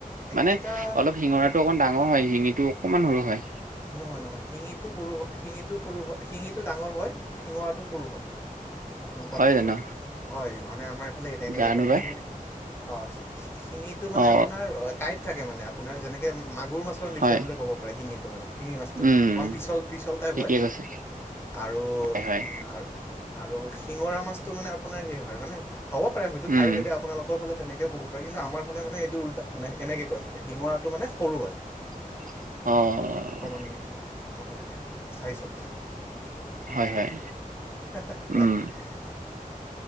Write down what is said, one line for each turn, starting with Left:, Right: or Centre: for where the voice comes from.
Left: একেটা
Right: মানে অলপ শিঙৰা ত' অকমান ডাঙৰ হয় শিঙিটো অকনমান সৰু হয়।
Left: নহয় নহয় শিঙিটো সৰু হ, শিঙিটো সৰু হ, শিঙি টো ডাঙৰ হয়, শিঙৰাটো সৰু হয়। আপোনাৰ কোৱাত
Right: হয়
Left: ভুল
Right: জানো
Left: হ'ল। হয় মানে আমাৰ এইফালে এতে এনেকে
Right: জানো
Left: কয়।
Right: পাই
Left: শিঙ অ', শি-শি-শিঙিটো মানে
Right: অ
Left: আপোনাৰ অ, কাইট থাকে মানে আপোনাৰ যেনেকে মাক গুৰ মাছৰ নিখিয়া
Right: হয়
Left: বুলি ক'ব পাৰে শিঙিটো মানে। টিঙি মাছটোক
Right: উম
Left: অকণমান পিছল পিছল টাইপ
Right: ঠিকে
Left: হয়।
Right: কৈছে
Left: আৰু
Right: হয় হয়
Left: ইয়া আৰ আৰু শিঙৰা মাছটো মানে আপোনাৰ সে হয় মানে হ'ব পাৰে হয়টো ঠাই
Right: উম
Left: ভেদে আপোনালোক <unintelligible> ফালে তেনেকে ক'ব পাৰি কিন্তু আমাৰ ফালে মানে এইটো উল্টা মানে এনেকে কয় মানে শিঙৰাটো মানে সৰু হয়।
Right: অ', অ'।
Left: উম, মানে চাইচত।
Right: হয়, হয়।
Left: <inaudible>
Right: উম